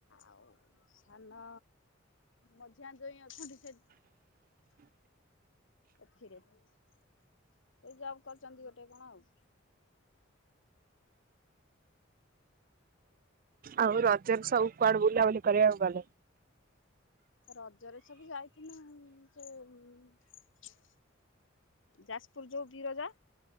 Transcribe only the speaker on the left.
ଆଉ ସାନ ମଝିଆ ଜୋଇଁ ଅଛନ୍ତି ସେ।
ଏଥିରେ ଏଇ ଜବ୍ କରିଚନ୍ତି ଗୋଟେ କଣ ଆଉ।
ରଜରେ ସବୁ ଯାଇଥିନୁ ସେ ଉଁ ଯାଜପୁର ଯୋଉ ବିରଜା